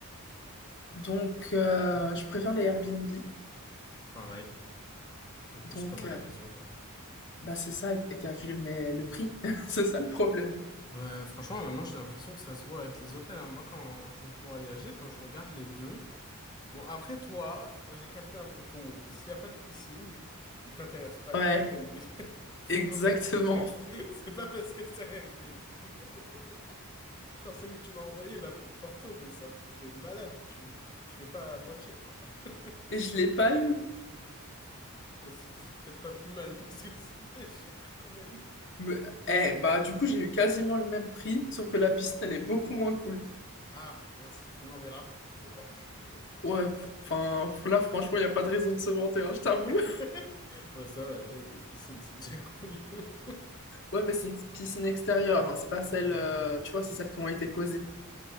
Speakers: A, on the left (about 55°); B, on the left (about 20°).
A: Donc, euh, je préfère les Airbnb.
B: Pareil, t'es plus
A: Donc,
B: comme à
A: euh,
B: la maison, quoi.
A: bah, c'est ça, et et t'as vu le, mais le prix. <laughs> C'est ça le problème.
B: Ouais, franchement, maintenant, j'ai l'impression que ça se voit avec les hôtels. hein. Moi, quand je veux voyager, quand je regarde les deux, bon, après toi, j'ai capté un peu ton mood. S'il n'y a pas de piscine, il t'intéresse pas,
A: Ouais,
B: le Airbnb. <laughs> C'est
A: exactement.
B: pour ça que c'est cher. <laughs> C'est pas parce que c'est un Airbnb. <laughs> Genre celui que tu m'as envoyé là pour Porto, mais c'est un truc de malade. Tu, tu fais pas à moitié, quoi. <laughs>
A: Et je l'ai pas eu.
B: C'est c'est peut-être pas plus mal parce que <laughs> c'était cher quand même.
A: Me- Eh, bah, du coup, j'ai eu quasiment le même prix, sauf que la piscine, elle est beaucoup moins cool.
B: Ah, mince, tu me l'enverras. Je veux voir, je suis curieux.
A: Ouais, enfin, là, franchement, il n'y a pas de raison de se vanter, hein, je t'avoue.
B: <laughs>
A: <laughs>
B: Ouais, ça va, déjà, il y a une piscine, c'est déjà cool. <laughs>
A: Ouais, mais c'est une piscine extérieure, hein, c'est pas celle, euh, tu vois, c'est celles qui ont été posées.